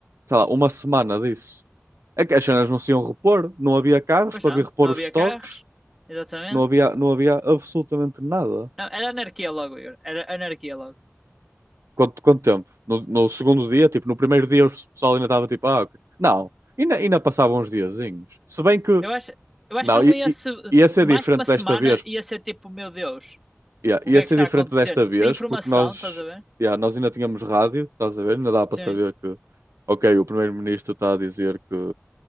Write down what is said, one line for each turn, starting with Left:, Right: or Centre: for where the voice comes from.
Right: sei lá, uma semana disso. É que as cenas não se iam repor, não havia carros
Centre: Pois
Right: para
Centre: não,
Right: vir repor
Centre: não
Right: os
Centre: havia
Right: estoques,
Centre: carros. Exatamente.
Right: não havia, não havia absolutamente nada.
Centre: Não, era anarquia logo, Igor. Era anarquia logo.
Right: Quanto, quanto tempo? No, no segundo dia, tipo, no primeiro dia o pessoal ainda estava tipo, ah, ok. Não, ainda, ainda passavam uns diazinhos. Se bem que,
Centre: Eu acho, eu acho
Right: não,
Centre: que não
Right: i-
Centre: ia
Right: i-
Centre: se, se-
Right: ia ser
Centre: mais
Right: diferente
Centre: que uma semana
Right: desta vez,
Centre: ia ser tipo, meu Deus,
Right: ia,
Centre: o
Right: ia
Centre: que é
Right: ser
Centre: que está
Right: diferente
Centre: acontecendo?
Right: desta vez,
Centre: Sem informação,
Right: porque nós,
Centre: estás a ver?
Right: ia, nós ainda tínhamos rádio, estás a ver? Ainda dá para
Centre: Sim.
Right: saber que, ok, o primeiro-ministro está a dizer que.